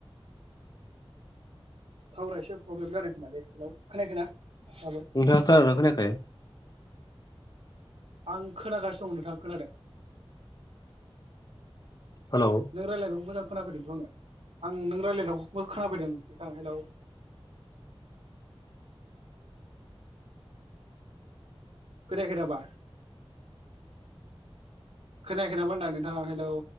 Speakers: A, on the right; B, on the left.
A: टावारा एसे प्रब्लेम जादों खोमालै। हेल्ल खोनायाखैना? दाबो
B: नोंथाङा खोनादोंना खोनायाखै?
A: आं खोनागासिनो दं नोंथां खोनादों।
B: हेलौ
A: नों रायज्लायनायखौ मोजां खोनाफैदोंथ' आङो आं नों रायज्लायनायखौबो खोनाफैदों नथां हेल्लौ। खोनायाखै नामा? खोनायाखै नामा होनदां नोंथां हेल्लौ।